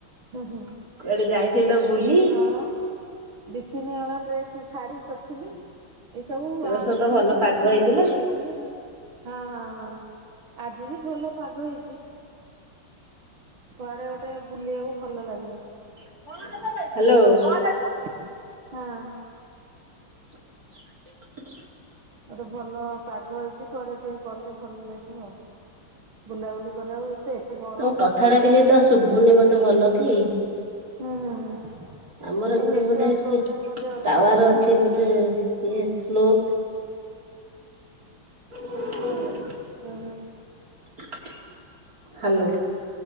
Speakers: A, on the right; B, on the right.
A: ହୁଁ ହୁଁ
B: କୁଆଡେ ଯାଇଥିଲ
A: ଦି
B: ବୁଲି?
A: ତିନି ହଳ। ଦିି ତିନି ହଳ। ଡ୍ରେସ୍ ଶାଢ଼ୀ କରିଥିଲି। ଏସବୁ
B: ଏ
A: ଆସ-ପିଇସି
B: ବର୍ଷ ତ ଭଲ
A: ଶାଶୁ
B: ପାଗ ହେଇଥିଲା।
A: ଘରକୁ ଯାଇଥିଲି ଆଉ ହଁ ହଁ ହଁ। ଆଜି ବି ଭଲ ପାଗ ହେଇଚି। କୁଆଡେ <inaudible> ବୁଲିବାକୁ ଭଲ ଲାଗିବ।
B: ହ୍ୟାଲୋ ତମ
A: <unintelligible> ହଁ।
B: <unintelligible>
A: ଗୋଟେ ଭଲ ପାଗ ହେଇଛି କୁଆଡେ ଟିକେ ଗଲେ ଭଲ ଲାଗିବ ଆଉ ବୁଲାବୁଲି କରିବାକୁ ଏତେ ଏତେ ଗରମ
B: କଥା
A: ହଉଥିଲା
B: ଟା ଟିକେ
A: ଯେ।
B: ତ ଶୁଭୁନି ମତେ ଭଲ କି?
A: ହୁଁ ହୁଁ ହୁଁ।
B: ଆମର
A: ଏ
B: ଏପଟେ
A: ନେଟୱାର୍କ
B: ବୋଧେ ଟିକେ
A: ପ୍ରୋବ୍ଲେମ୍ ବୋଧେ ଅଛି
B: ଟାୱାର
A: କି କଣ
B: ଅଛି
A: ଆଉ।
B: ବୋଧେ ଇଏ ସ୍ଲୋ। <unintelligible>
A: <inaudible>
B: <unintelligible> <inaudible> ହାଲୋ।